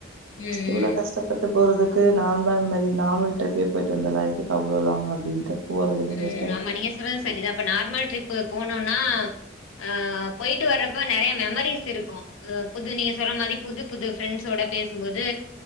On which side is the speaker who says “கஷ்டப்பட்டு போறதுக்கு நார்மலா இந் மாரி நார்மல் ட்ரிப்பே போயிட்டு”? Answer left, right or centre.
Right